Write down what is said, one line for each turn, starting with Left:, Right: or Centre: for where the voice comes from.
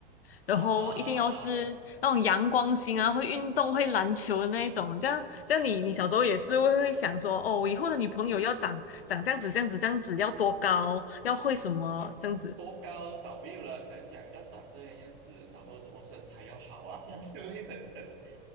Left: 然后一定要是那种阳光型啊，
Right: 啊，
Left: 会运动、会篮球的那一种。这样，这样你你小时候也是会会想说，
Right: 呃，呵呵
Left: 哦，我以后的女朋友要长长这样子、这样子、这样子，要多高，要会什么这样子。
Right: 多高倒没有了，可能讲要长这个样子，然后什么身材要好啊 <laughs> 之类等等的，